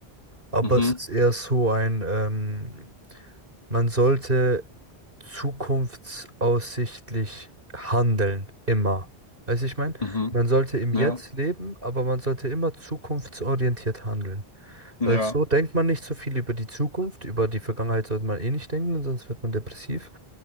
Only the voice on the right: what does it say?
Aber
es ist eher so ein, ähm, man sollte zukunftsaussichtlich handeln, immer. Weiß ich mein?
Man sollte im
Jetzt leben, aber man sollte immer zukunftsorientiert handeln.
Weil so denkt man nicht so viel über die Zukunft, über die Vergangenheit sollte man eh nicht denken, sonst wird man depressiv.